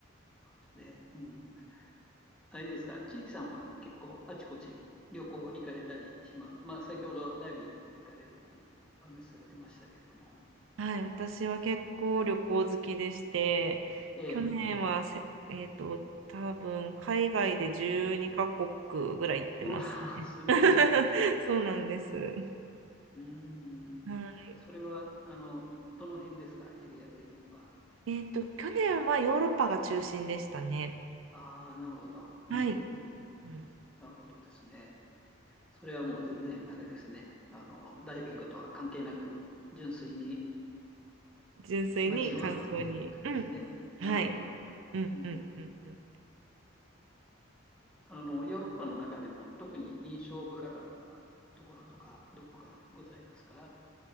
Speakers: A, in the centre; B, on the right.
A: そうですね。うん。あれですか、ちいさんは結構あちこち旅行行かれたりします。まあ、先ほどダイビング行かれるっていうお話されてましたけれども。
B: はい、私は結構旅行好きでして、
A: ええ、
B: 去年はせ、えっと、多分海外で12カ国ぐらい行ってますね。
A: うわ、<laughs> すごい。
B: <laughs> そうなんです。う
A: うーん。
B: ん、
A: それは、あの、どの辺ですか、エリア的には。
B: えっと、去年はヨーロッパが中心でしたね。
A: ああ、なるほど。うんうんうん。
B: はい。うん、
A: なるほどですね。それはもう全然あれですね。あの、ダイビングとは関係なく、純粋に
B: 純粋に観光に。
A: 街を歩くっていう感じですね。
B: うん。はい。
A: なるほど、なるほど。
B: うんうんうんうん。
A: うんあの、ヨーロッパの中でも特に印象深かったところとか、どこかございますか